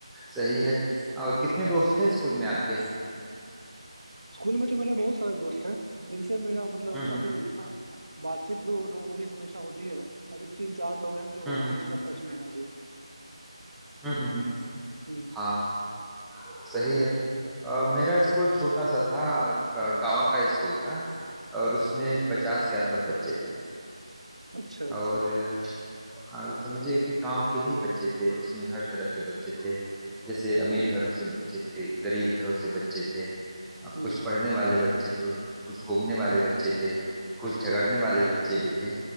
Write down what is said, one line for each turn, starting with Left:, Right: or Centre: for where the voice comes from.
Centre: सही है और कितने दोस्त थे स्कूल में आपके
Right: स्कूल में तो मेरे बहुत सारे दोस्त हैं जिनसे मेरा मतलब
Centre: हम्म
Right: अभी
Centre: हम्म
Right: आ, बातचीत जो नॉर्मली हमेशा होती है अभी तीन चार लोग हैं जो
Centre: हम्म
Right: हमेशा
Centre: हम्म
Right: टच में हैं अभी
Centre: हम्म हम्म, हम्म,
Right: हम्म
Centre: हाँ सही है अ, मेरा स्कूल छोटा सा था अ, गांव का स्कूल था और उसमें पचास के आसपास बच्चे थे
Right: अच्छा अच्छा
Centre: और अ, अ, समझिए कि गांव के ही बच्चे थे उसमें हर तरह के बच्चे थे जैसे अमीर
Right: तो
Centre: घरों से बच्चे थे गरीब घरों से बच्चे थे अ,
Right: हम्म
Centre: कुछ पढ़ने वाले बच्चे थे कुछ घूमने वाले बच्चे थे कुछ झगड़ने वाले बच्चे भी थे